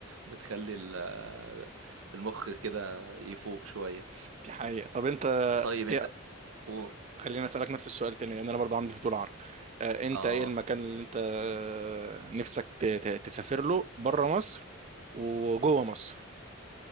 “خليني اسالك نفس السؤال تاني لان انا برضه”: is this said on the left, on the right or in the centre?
Right